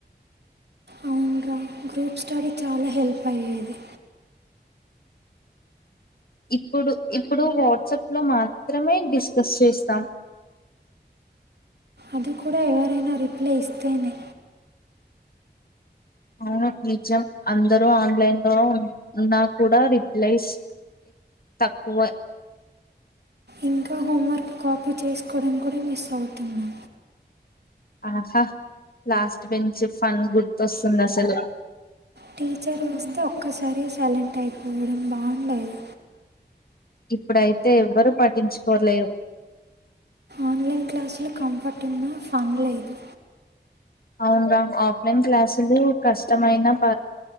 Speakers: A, on the right; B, on the left.
A: అవును రా గ్రూప్ స్టడీ చాలా హెల్ప్ అయ్యేది
B: ఇప్పుడు ఇప్పుడు వాట్సాప్ లో మాత్రమే డిస్కస్ చేస్తాం
A: అది కూడా ఎవరైనా రిప్లై ఇస్తేనే
B: అవును నిజం అందరూ ఆన్లైన్ లో ఉన్నా కూడా రిప్లైస్ తక్కువే
A: ఇంకా హోంవర్క్ కాపీ చేసుకోవడం కూడా మిస్ అవుతుంది
B: ఆహా లాస్ట్ బెంచ్ ఫన్ గుర్తుస్తుంది అసలు
A: టీచర్ వస్తే ఒక్కసారి సైలెంట్ అయిపోవడం బాగుండదు
B: ఇప్పుడైతే ఎవ్వరూ పఠంచుకోలేరు
A: ఆన్లైన్ క్లాసులు కంఫర్ట్ ఉన్నా ఫన్ లేదు
B: అవునురా ఆఫ్లైన్ క్లాసులు కష్టమైన ప